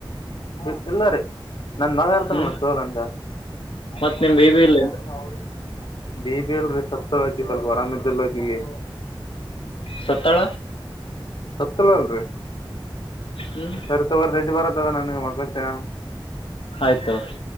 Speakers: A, on the left; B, on the left.
A: ಇ ಇಲ್ಲ ರೀ ನನ್ ಮಗ ಇರ್ತನಲ್ಲ
B: ಹ್ಮ್
A: ಸೋಲಟ ನಾವ
B: ಮತ್
A: ಗಮ
B: ನಿಮ್ ಬೇಬಿ
A: ಯ
B: ಇಲ್ಲ
A: ಅವರು ಅವರು ಬಿ ಬಿ ಅಲ್ರರಿ ಸಪ್ತ್ತಳಕಿ ಸ್ವಲ್ಪ ಆರಾಮ್ದಲ್ಲಕ ಈಿಗೆ
B: ಸತಳ
A: ಸತ್ಯಲನ್ ರೀ
B: ಹ್ಮ್
A: ಸರಿ ತಗೋ ಹೆಜ ಬರತ್ತತದ ನಗೆ ಮಳು ತಗೋಣ
B: ಆಯ್ತ ಅವ್ರರಿ